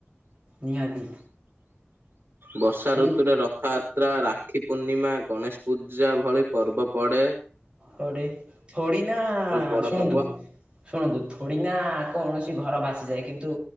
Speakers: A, on the right; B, on the right.
A: ନିହାତି।
B: ବର୍ଷା
A: କିନ୍ତୁ
B: ଋତୁରେ ରକ୍ ରଥଯାତ୍ରା, ରାକ୍ଷୀ ପୂର୍ଣ୍ଣିମା, ଗଣେଶ ପୂଜା ଭଳି ପର୍ବ ପଡେ।
A: ପଡେ, ଥୋଡିନା
B: ବଡ଼
A: ଶୁଣନ୍ତୁ
B: ପର୍ବ
A: ଶୁଣନ୍ତୁ ଥୋଡ଼ିନା କୌଣସି ଘର ବାସିଯାଏ କିନ୍ତୁ